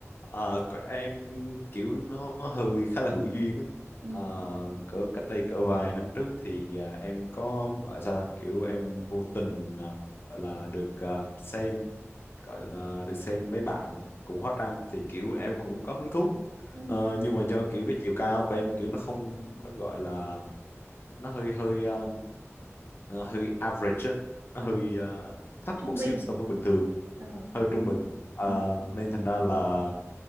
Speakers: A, on the left; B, on the right.
A: Ờ, của em kiểu nó hơi khá là hữu duyên á
B: ừ,
A: Ờ, cỡ cách đây cỡ vài năm trước thì à, em có gọi sao ta kiểu em vô tình à, gọi là được à, xem gọi là được xem mấy bạn cũng hot ra thì kiểu em cũng có hứng thú
B: ừ,
A: ờ, nhưng mà do kiểu cái chiều cao của em kiểu nó không nó gọi là nó hơi hơi um, ờ, hơi average á. nó
B: ừ.
A: hơi ờ, thấp
B: trung
A: một
B: bình
A: xíu so với bình thường
B: ờ,
A: hơi
B: đúng
A: trung
B: không
A: bình Ờ,
B: ừ.
A: nên thành ra là